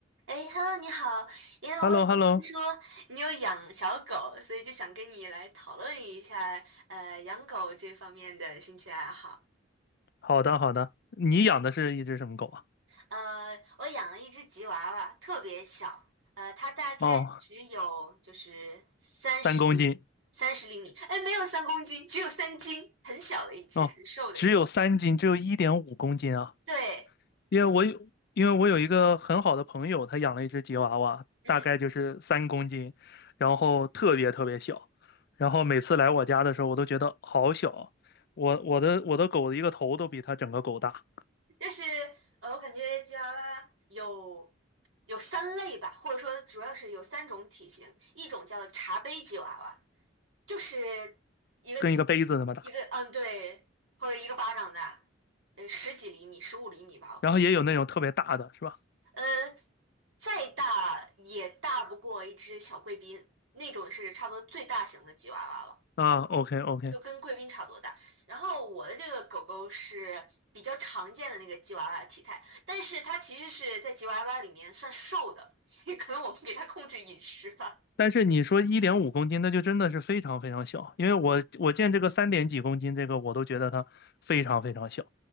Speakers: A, on the right; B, on the left.
A: 哎，Hello，你好，因为我有听说你有养小狗，
B: h e l l o h e l l o
A: 所以就想跟你来讨论一下，呃，养狗这方面的兴趣爱好。
B: 好的好的。你养的是一只什么狗啊？
A: 呃，我养了一只吉娃娃，特别小，呃，它大概只有就是三十
B: 哦，三公斤。
A: 三十厘米，哎，没有三公斤，只有三斤，很小的一只，
B: 哦，
A: 很瘦的一个。
B: 只有三斤，只有一点五公斤啊。
A: 对，
B: 因为我有，因为我有一个很好的朋友，他养了一只吉娃娃，
A: 嗯。
B: 大概就是三公斤，然后特别特别小，然后每次来我家的时候，我都觉得好小啊。我我的我的狗的一个头都比它整个狗大，
A: 就是呃，我感觉吉娃娃有有三类吧，或者说主要是有三种体型，一种叫茶杯吉娃娃，就是一个
B: 跟一个杯子那么大。
A: 一个嗯对，或者一个巴掌大，呃十几厘米、十五厘米吧，我感觉，
B: 然后也有那种特别大的，是吧？
A: 呃，再大也大不过一只小贵宾，那种是差不多最大型的吉娃娃了。
B: 啊，OK OK。
A: 就跟贵宾差不多大。然后我的这个狗狗是比较常见的那个吉娃娃体态，但是它其实是在吉娃娃里面算瘦的，<laughs> 也可能我们给它控制饮食吧。
B: 但是你说一点五公斤，那就真的是非常非常小，因为我我见这个三点几公斤，这个我都觉得它非常非常小。